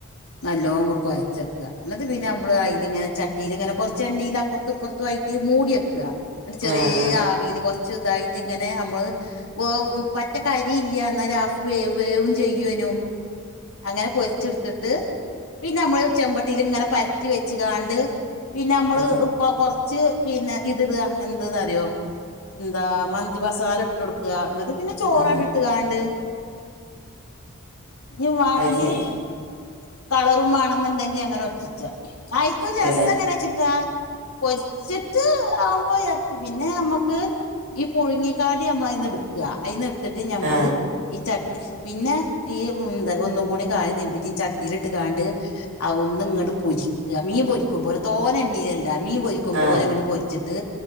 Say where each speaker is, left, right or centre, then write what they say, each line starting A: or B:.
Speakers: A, on the left; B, on the right.
A: നല്ലോങ്ങ ണ്ട് കൊയിച്ചക്ക ന്നിട്ട് പിന്നെ നമ്മള് അയിൽ ഇങ്ങനെ ചട്ടിൽ ഇങ്ങനെ കൊറച്ച് എണ്ണീ ല് അപ്പുറത്തുപ്പുറത്തു ആയിറ്റ് മൂടിയ് ക്ക ന്നിട്ട് ചെറീആവീല്
B: ആ ആ
A: കൊറച്ച് ഇതായിട്ട് ഇങ്ങനെ നമ്മള് വേവും പറ്റ കരി ഇല്ല ഇന്നാ ആഫ് വേ വേവും ചെയ്യേനും അങ്ങനെ പൊരിച്ച്ട്ത്ത്ട്ട് പിന്നെ നമ്മള് ചെമ്പട്ടില് ഇങ്ങനെ പരത്തി ച്ച് കാണ്ട് പിന്നെ നമ്മള്
B: ആ
A: കൊറച്ച് ഇത്ടാ എന്ത് ന്നറിയോ എന്താ മന്തിമസാല ഇട്ടൊട്ക ന്നിട്ട് പിന്നെ ചോറണ്ട്
B: ആ
A: ഇട്ട് കാ ണ്ട് ഇഞ്ഞ് വാണെങ്കികളറും
B: അത് ശരി
A: വാ ണെന്നുണ്ടെങ്കി അങ്ങനെ ഒറ്റിച്ച ആയിക്കും
B: ഓക്കല്ലേ
A: രസഎങ്ങനെ ച്ചിട്ടാ പൊരിച്ചിട്ട് ആവുമ്പോയർ പിന്നെ നമ്മക്ക് ഈ പുഴുങ്ങിക്കാടി നമ്മൾ അയിന്ന് എടുക്കുക അതിന്ന് എടുത്തിട്ട് ഞമ്മള്
B: ആ
A: ഈ ചട്ടി പിന്നെ ഈ ന്താ ഒന്നും കൂടിം കായം തീമ്പിട്ട് ചട്ടിൽ ഇട്ട് കണ്ട് ആ ഒന്ന് ഇങ്ങോട്ട് പൊരിക്ക ല്ല മീൻ പൊരിക്കും പോലെ തോന എണ്ണയിലല്ല മീ പൊരിക്കും
B: ആ
A: പോലെ അങ്ങോട്ട് പൊരിച്ചിട്ട്